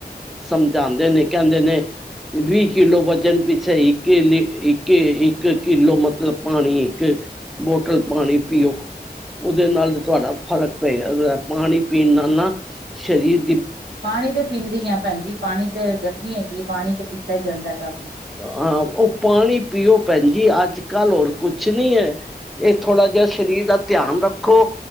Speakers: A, in the centre; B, on the right.
A: ਸਮਝਾਉਦੇ ਨੇ, ਕਹਿੰਦੇ ਨੇ ਵੀਹ ਕਿੱਲੋ ਵਜਨ ਪਿਛੇ-ਸਹੀ ਇੱਕ-ਇੱਕ-ਇੱਕ ਕਿੱਲੋ ਮਤਲਬ ਪਾਣੀ ਤੇ ਬੋਟਲ ਪਾਣੀ ਪੀਓ। ਉਹਦੇ ਨਾਲ ਤੁਹਾਡਾ ਫ਼ਰਕ ਪਏਗਾ, ਜਾਂ ਪਾਣੀ ਪੀਣ ਨਾਲ ਨਾ ਸ਼ਰੀਰ
B: ਪਾਣੀ ਤਾਂ ਪੀਂਦੀ ਆ ਭੈਣਜੀ। ਪਾਣੀ ਤੇ ਗਰਮੀ ਹੈਗੀ ਆ, ਪਾਣੀ ਤੇ ਪੀਤਾ ਹੀ ਜਾਂਦਾ ਹੈ ਕਾਫ਼ੀ।
A: ਹਾਂ ਉਹ, ਪਾਣੀ ਪੀਓ ਭੈਣ ਜੀ। ਅੱਜ ਕੱਲ ਹੋਰ ਕੁਛ ਨਹੀ ਹੈ। ਇਹ ਥੋੜ੍ਹਾ ਜਿਹਾ ਸ਼ਰੀਰ ਦਾ ਧਿਆਨ ਰੱਖੋ।